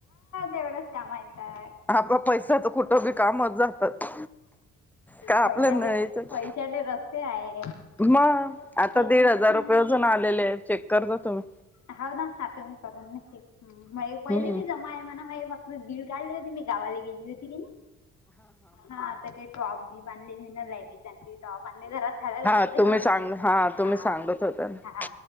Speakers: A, on the left (about 65°); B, in the centre.
A: तेवढं कामाय येता.
B: आपला पैसा तर कुठं बी कामच जातात. काय
A: पैशा
B: आपल्या नाही याच्यात
A: पैशाले रस्ते आहे.
B: मग
A: हा
B: आता दीड हजार
A: ना
B: रुपये अजून आलेले आहे चेक करता तुम्ही
A: हाव ना तुम्ही करून न पहिले
B: हम्म
A: बी जमा आहे म्हणा. फक्त दीड काढलं होते मी गावाला गेली होती क नाही. हा आता ते टॉप जीन्स आणली मीन लॅगेज आणली, टॉप आणले घरात घालायला
B: हा
A: कपडेच
B: तुम्ही
A: नव्हते.
B: सांग तुम्ही
A: हा
B: सांगत होता ना
A: हा